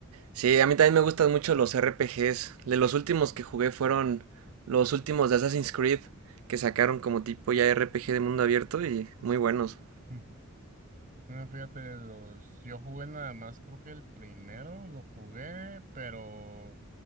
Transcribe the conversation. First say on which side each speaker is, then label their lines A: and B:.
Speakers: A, on the right; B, on the right.
A: sí, a mí también me gustan mucho los RPGs. De los últimos que jugué fueron los últimos de Assassin's Creed, que sacaron como tipo ya RPG de mundo abierto y muy buenos.
B: Ujú. Eh, Fíjate, los, yo jugué nada más, creo que el primero lo jugué, pero